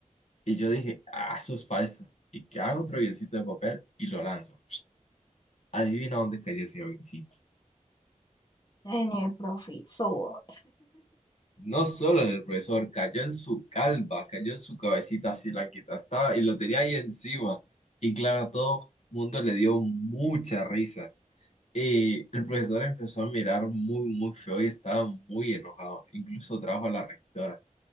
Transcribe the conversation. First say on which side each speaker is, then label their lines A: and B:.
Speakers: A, on the left; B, on the left.
A: Y yo dije, ah, eso es falso. Y que hago otro avioncito de papel y lo lanzo. Adivina dónde cayó ese avioncito.
B: En el profesor.
A: No solo en el profesor, cayó en su calva, cayó en su cabecita así blanquita, estaba y lo tenía ahí encima. Y claro, a todo el mundo le dio mucha risa. Y el profesor empezó a mirar muy, muy feo y estaba muy enojado. Incluso trajo a la rectora.